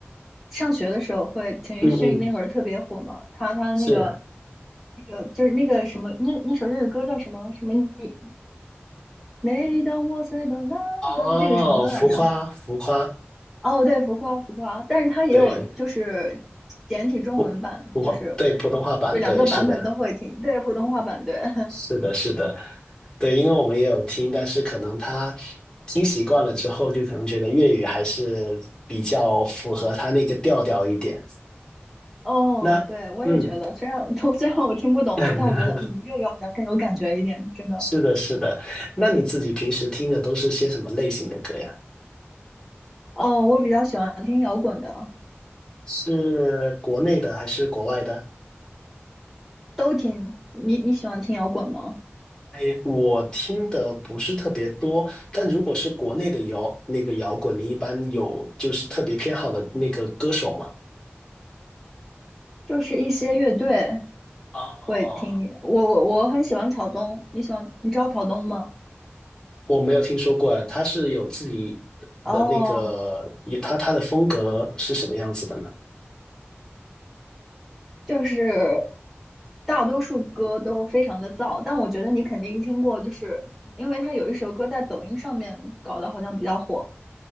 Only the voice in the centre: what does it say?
上学的时候会，陈奕迅那会儿特别火嘛，
他他的那个
那个就是那个什么那那首粤语歌叫什么什么你每当我睡吧啦的这个什么歌来着？
哦，对，浮夸浮夸，但是它也有就是简体中文版，
就是这两个版本都会听，
对，普通话版对。<laughs>
哦，
对，我也觉得这样。
<laughs> 虽然我听不懂，
但我觉得嗯，粤语好像更有感觉一点，真的。
哦，我比较喜欢听摇滚的，
都听。你你喜欢听摇滚吗？
就是一些乐队
会听。我我我很喜欢草东，你喜欢？你知道草东吗？
哦，
就是大多数歌都非常的燥，但我觉得你肯定听过，就是因为他有一首歌在抖音上面搞得好像比较火，